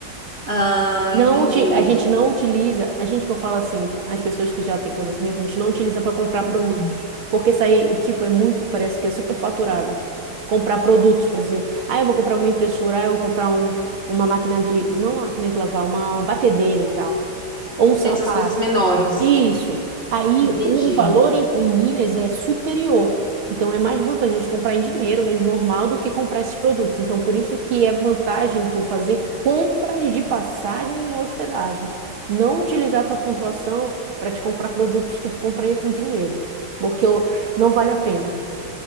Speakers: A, on the right; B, on the right.
A: Ah,
B: Não,
A: entendi.
B: uti- a gente não utiliza, a gente que eu falo assim, as pessoas que já têm conhecimento, a gente não utiliza para comprar
A: Uhum.
B: produtos, porque isso aí, tipo, é muito, parece que é superfaturado. Comprar produtos, por exemplo, ah, eu vou comprar uma impressora, ah, eu vou comprar um, uma máquina de, não uma máquina de lavar, uma batedeira e tal, ou um sapato.
A: Essas coisas menores.
B: Isso. Aí
A: Entendi,
B: o valor em, em milhas é superior. Então é mais vantajoso comprar em dinheiro mesmo normal do que comprar esses produtos. Então por isso que é vantagem tu fazer compras de passagem e hospedagem. Não utilizar tua pontuação para te comprar produtos que tu compraria com dinheiro, porque eu- não vale a pena.